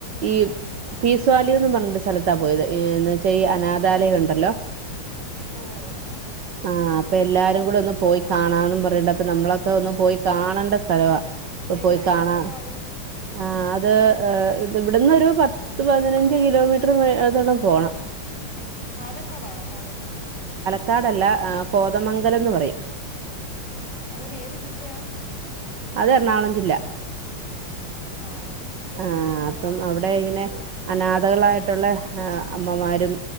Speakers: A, on the right; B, on the left.
A: ഈ പീസ് വാല് പറഞ്ഞ സ്ഥലത്താ പോയത് എന്ന് വെച്ചാ ഈ അനാഥാലയം ഉണ്ടല്ലോ.
B: ഓ ഓ ആഹ്
A: ആഹ് അപ്പയെല്ലാരു കൂടെ ഒന്ന് പോയി കാണാന്ന് പറഞ്ഞിട്ട് അപ്പ നമ്മളൊക്കെ ഒന്ന് പോയി കാണണ്ട സ്ഥലവാ അപ്പൊ
B: എവിടെ?
A: പോയി കാണാ
B: ഏ സ്ഥലവാ അത്
A: ആഹ് അത് ഏ ഇത് ഇവിടന്നൊരു പത്ത് പതിന ഞ്ച് കിലോമീറ്റർ മേ ഏതാനം പോണം
B: പാലക്കാടാണോ? പാലക്കാട്.
A: ക്കാടല്ല ആ കോതമംഗലംന്ന് പറയും.
B: അതിന് ഏത് ജില്ലയാ
A: അത് എറണാകുളം ജില്ല.
B: ആഹ്.
A: ആ അപ്പം അവിടെയിങ്ങനെ അനാഥകളായിട്ടുള്ളെ ആഹ് അമ്മമാരും